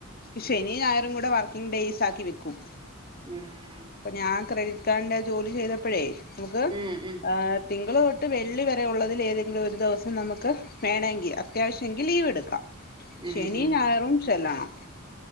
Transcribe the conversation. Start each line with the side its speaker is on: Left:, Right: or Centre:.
Left: ഇശെനീ, ഞായറുങ്കൂടെ വർക്കിങ്ങ് ഡേയ്സാക്കി വെക്കും
Right: ഉം
Left: പ്പ ഞാൻ ക്രെഡിറ്റ് കാർഡിന്റെ ജോലി ചെയ്തപ്പോഴേ നമുക്ക്
Right: ഉം
Left: ആ തിങ്കള് തൊട്ട് വെള്ളി വരെ ഉള്ളതിൽ ഏതെങ്കിലും ഒരു ദിവസം നമുക്ക് വേണേങ്കിൽ അത്യാവശ്യംങ്കിൽ ലീവ് എടുക്കാം.
Right: ഉം
Left: ശനിംഞായറും
Right: ഉം ഉം
Left: ചെല്ലണം